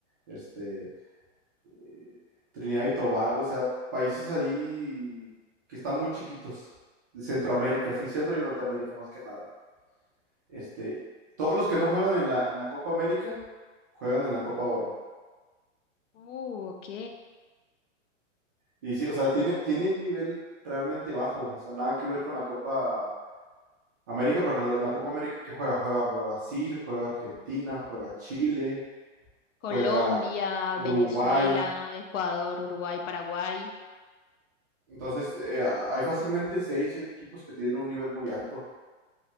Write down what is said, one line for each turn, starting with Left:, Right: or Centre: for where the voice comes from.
Right: este, eh, Trinidad y Tobago, o sea, países ahí que están muy chiquitos, de Centroamérica, sí, Centro y Norteamérica más que nada. Este, todos los que no juegan en la, en la Copa América, juegan en la Copa Oro.
Left: Uh, ok.
Right: Y sí, o sea, tiene, tiene un nivel realmente bajo, o sea, nada que ver con la Copa América, porque la, la Copa América que juega, juega Brasil, juega Argentina, juega Chile,
Left: Colombia,
Right: juega Uruguay.
Left: Venezuela, Ecuador, Uruguay, Paraguay.
Right: Entonces, eh, hay fácilmente seis, siete equipos que tienen un nivel muy alto.